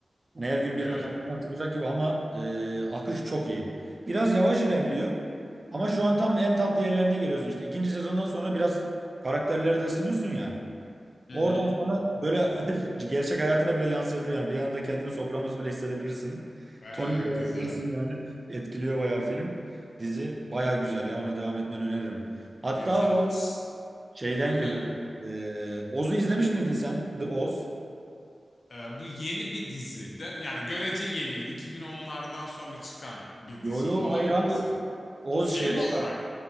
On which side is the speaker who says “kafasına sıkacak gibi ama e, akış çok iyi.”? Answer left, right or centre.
Right